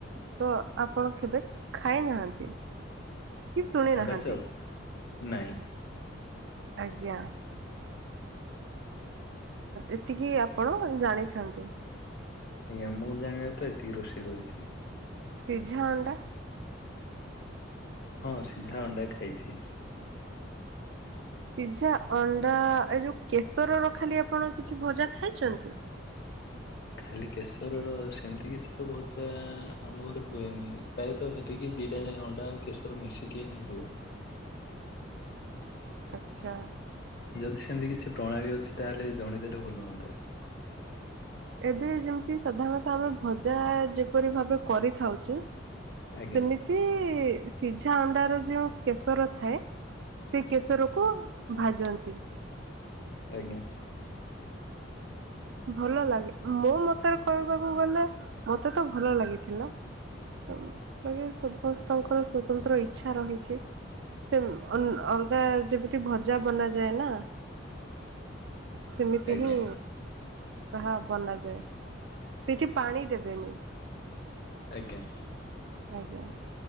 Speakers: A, on the right; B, on the left.
A: ତ ଆପଣ କେବେ ଖାଇନାହାନ୍ତି? କି ଶୁଣି
B: ଅଣ୍ଡାଚପ
A: ନାହାନ୍ତି?
B: ନାଇଁ।
A: ଆଜ୍ଞା। ଏତିକି ଆପଣ ଜାଣିଛନ୍ତି।
B: ଆଜ୍ଞା ମୁଁ ଜାଣିବାରେ ତ ଏତିକି ରୋଷେଇ କରିଚି।
A: ସିଝା ଅଣ୍ଡା?
B: ହଁ ସିଝା ଅଣ୍ଡା ଖାଇଚି।
A: ସିଝା ଅଣ୍ଡା ଏ ଯଉଁ କେଶରର ଖାଲି ଆପଣ କିଛି ଭଜା ଖାଇଛନ୍ତି?
B: ଖାଲି କେଶରର ସେମିତି କିଛି ତ ଭଜା ଆମ ଘରେ ହୁଏନି। ପ୍ରାୟତଃ ସେତିକି ଦିଟା ଯାଏ ଅଣ୍ଡା ଆଉ କେଶର ମିଶିକି ହିଁ ହୁଏ।
A: ଆଚ୍ଛା।
B: ଯଦି ସେମିତି କିଛି ପ୍ରଣାଳୀ ଅଛି ତାହେଲେ ଜଣେଇଦେଲେ ଭଲ ହୁଅନ୍ତା।
A: ଏବେ ଯେମତି ସାଧାରଣତଃ ଆମେ ଭଜା ଯେପରି ଭାବେ କରିଥାଉଚୁ
B: ଆଜ୍ଞା
A: ସେମିତି ସିଝା ଅଣ୍ଡାର ଯୋଉ କେଶର ଥାଏ ସେ କେଶରକୁ ଭାଜନ୍ତି।
B: ଆଜ୍ଞା।
A: ଭଲ ଲାଗେ ମମୋ ମତରେ କହିବାକୁ ଗଲେ ମତେ ତ ଭଲ ଲାଗିଥିଲା। ହୁଁ ବାକି ସମସ୍ତଙ୍କର ସ୍ୱତନ୍ତ୍ର ଇଚ୍ଛା ରହିଚି। ସେ ଅ - ଅ ଅଲଗା ଯେମିତି ଭଜା ବନାଯାଏ ନା ସେମିତି
B: ଆଜ୍ଞା
A: ହିଁ ତାହା ବନାଯାଏ। ସେଠି ପାଣି ଦେବେନି।
B: ଆଜ୍ଞା।
A: ଆଜ୍ଞା।